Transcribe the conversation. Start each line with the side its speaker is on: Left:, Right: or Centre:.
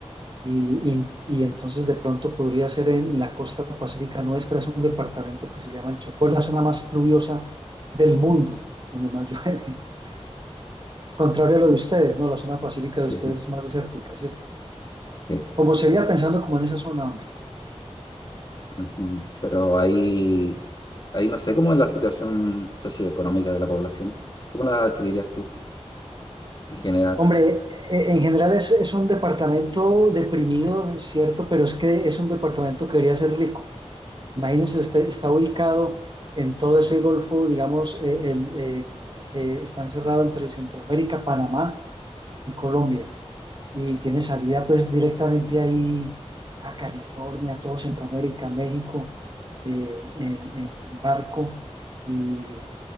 Right: Y, y- y entonces de pronto podría ser en la costa pacífica nuestra, es un departamento que se llama el Chocó, la zona más pluviosa del mundo, donde más llueve. <laughs> Contrario a lo de ustedes, ¿no? La zona pacífica
Left: Sí,
Right: de ustedes
Left: sí,
Right: es más desértica, ¿cierto?
Left: sí.
Right: Como sería pensando como en esa zona, hombre.
Left: Ujú. Pero ahí, ahí no sé cómo es la situación socioeconómica de la población. ¿Cómo la describirías tú en general?
Right: Hombre, e- e, en general es, es un departamento deprimido, es cierto, pero es que es un departamento que debería ser rico. Imagínense, está, está ubicado en todo ese golfo, digamos, eh, el, eh, que está encerrado entre Centroamérica, Panamá y Colombia. Y tiene salida pues directamente ahí a California, todo Centroamérica, México, eh, en en barco. Y